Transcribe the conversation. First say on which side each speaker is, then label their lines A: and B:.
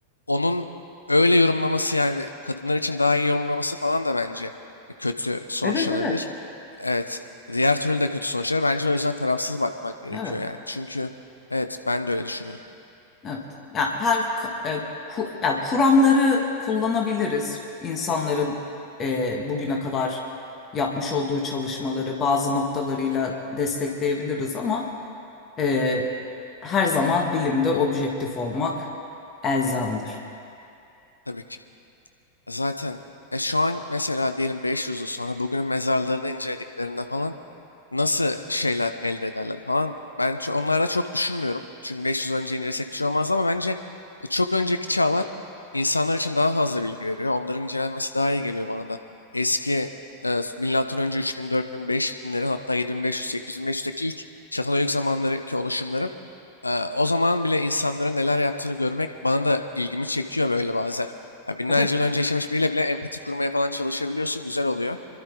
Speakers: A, on the left; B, on the left.
A: onun öyle yorumlaması yani kadınlar için daha iyi yorumlaması falan da bence kötü sonuçlanabilir.
B: Evet evet.
A: Evet. Diğer türlü de kötü sonuçlar Bence o yüzden tarafsız bakmak gerekiyor
B: Evet.
A: yani. Çünkü evet ben de öyle düşünüyorum.
B: Evet. Ya her k- e, ku- ya kuramları kullanabiliriz. İnsanların e, bugüne kadar yapmış olduğu çalışmaları bazı noktalarıyla destekleyebiliriz ama e, her zaman bilimde objektif olmak elzemdir.
A: Tabii ki. Zaten e, şu an mesela diyelim 500 yıl sonra bugünün mezarlarını incelediklerinde falan nasıl şeyler elde ederler falan. Ben ço- onlarda çok düşünmüyorum. Çünkü 500 önce incelesek bir şey olmaz ama bence e, çok önceki çağlar insanlar için daha fazla bilgi veriyor. Onların incelenmesi daha iyi geliyor bana da. Eski e, milattan önce 3000, 4000, 5000'lerin hatta 7500, 8500'deki ilk Çatalhöyük zamanlarındaki oluşumların e, o zaman bile insanların neler yaptığını görmek bana da ilgimi çekiyor böyle bazen. Ya binlerce
B: Evet.
A: yıl önce yaşamış biriyle bile empati kurmaya falan çalışabiliyorsun, güzel oluyor